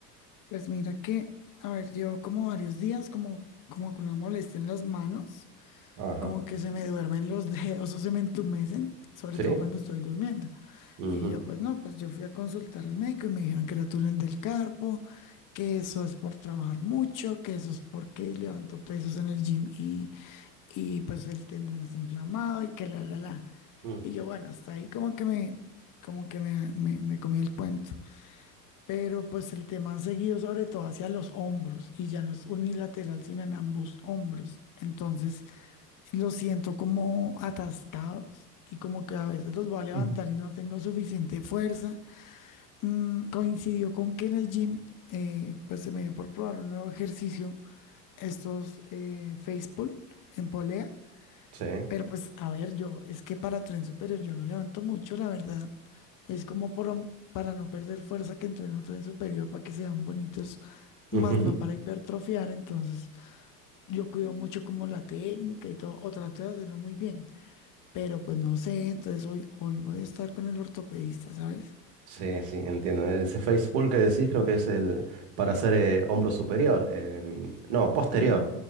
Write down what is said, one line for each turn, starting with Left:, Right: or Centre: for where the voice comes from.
Left: Pues mira que, a ver, llevo como varios días como, como con una molestia en las manos.
Right: Ajá.
Left: como que se me duermen los dedos o se me entumecen, sobre
Right: ¿Sí?
Left: todo cuando estoy durmiendo.
Right: Ujú.
Left: Y yo, pues no, pues yo fui a consultar al médico y me dijeron que era túnel del carpo, que eso es por trabajar mucho, que eso es porque levanto pesos en el gym y, y pues el tendón está inflamado y que la, la, la.
Right: Mm,
Left: Y yo, bueno, hasta ahí como que me, como que me, me, me comí el cuento. Pero pues el tema ha seguido sobre todo hacia los hombros y ya no es unilateral, sino en ambos hombros. Entonces, los siento como atascados y como que a veces los voy a levantar
Right: ujú.
Left: y no tengo suficiente fuerza. Mm, coincidió con que en el gym, eh, pues se me dio por probar un nuevo ejercicio, estos eh, face pull en polea.
Right: Sí.
Left: Pero pues, a ver, yo, es que para tren superior yo no levanto mucho, la verdad. Es como por- para no perder fuerza que entreno tren superior para que sean bonitos, más
Right: <laughs>
Left: no para hipertrofiar. Entonces, yo cuido mucho como la técnica y todo, o trato de hacerlo muy bien pero pues no sé, entonces hoy, hoy voy a estar con el ortopedista, ¿sabes?
Right: Sí, sí, entiendo. Ese face pull que decís creo que es el para hacer eh, hombro superior. em, no, posterior.
Left: Ujú,